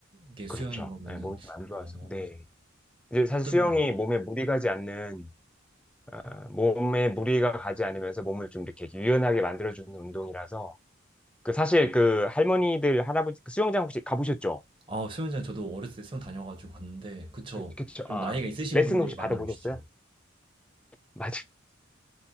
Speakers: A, on the right; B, in the centre.
A: 게
B: 그렇죠.
A: 수영인 거면은
B: 네, 몸이 좀 안 좋아서.
A: 어,
B: 네. 이제 사실
A: 어땠나요?
B: 수영이 몸에 무리가 가지 않는 아, 몸에 무리가 가지 않으면서 몸을 좀 이렇게 유연하게 만들어주는 운동이라서 그 사실 그 할머니들 할아버지 그 수영장 혹시 가보셨죠?
A: 아, 수영장 저도 어렸을 때 수영 다녀가지고 갔는데 그쵸.
B: 그, 그쵸.
A: 좀
B: 아
A: 나이가 있으신
B: 레슨
A: 분들이
B: 혹시
A: 많이
B: 받아보셨어요?
A: 오시죠.
B: 맞아요.